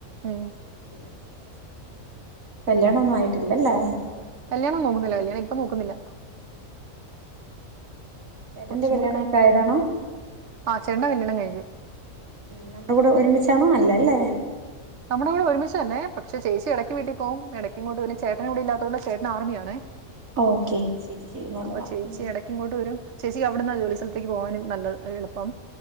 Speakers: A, on the right (about 60°); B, on the right (about 80°).
A: ഉം
B: ശരി കല്ല്യാണൊന്നും ആയിട്ടില്ലല്ലേ
A: കല്ല്യാണം നോകുന്നില്ല കല്ല്യാണം ഇപ്പം നോക്കുന്നില്ല
B: ചേട്ടന്റെ
A: കൊറച്ചും
B: കല്യാണൊക്കെ
A: കൂടി കഴിഞ്ഞിട്ട്
B: ആയതാണോ
A: ആ ചേട്ടന്റെ കല്ല്യാണം കഴിഞ്ഞു
B: ഉം നമ്മുടെ കൂടെ ഒരുമിച്ചാണോ അല്ല ല്ലേ
A: നമ്മുടെ കൂടെ ഒരുമിച്ച് തന്നെ പക്ഷേ ചേച്ചി ഇടയ്ക്ക് വീട്ടിൽ പോവും ഇടയ്ക്ക് ഇങ്ങോട്ട് വരും ചേട്ടൻ ഇവിടില്ലാത്തതുകൊണ്ട് ചേട്ടൻ ആർമിയാണേ
B: ഓക്കെ ശരി ശരി നല്ലതാ
A: അപ്പൊ ചേച്ചി
B: ഉം
A: ഇടയ്ക്ക് ഇങ്ങോട്ട് വരും ചേച്ചിക്ക് അവിടന്ന ജോലി സ്ഥലത്തേക്ക് പോകാനും നല്ലത് എളുപ്പം